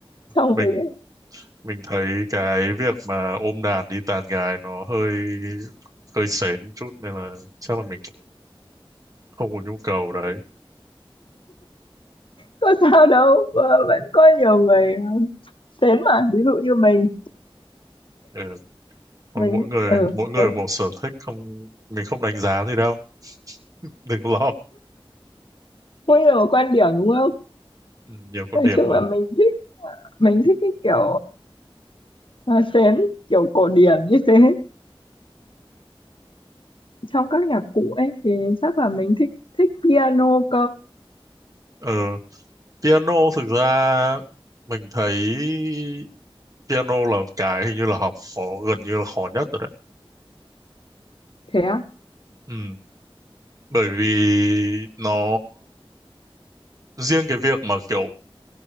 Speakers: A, on the left; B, on the right.
A: xong
B: mình
A: rồi
B: mình thấy cái việc mà ôm đàn đi tàn gái nó hơi hơi sến một chút nên là chắc là mình cũng không có nhu cầu đấy
A: có sao đâu ờ, vẫn có nhiều người ờ, đến mà ví dụ như mình
B: ừ. Thôi
A: mình
B: mỗi người
A: ừ,
B: mỗi người
A: mình
B: một sở thích không mình không đánh giá gì đâu <laughs> đừng lo
A: có nhiều quan điểm đúng không
B: ừ, nhiều con
A: nói
B: điểm
A: chung
B: mà
A: là mình thích mình thích cái kiểu uh, sến kiểu cổ điển như thế trong các nhạc cụ ấy thì chắc là mình thích thích piano cơ
B: ờ, piano thực ra mình thấy piano là cái hình như là học khó gần như là khó nhất rồi đấy
A: thế á
B: ừ. bởi vì nó riêng cái việc mà kiểu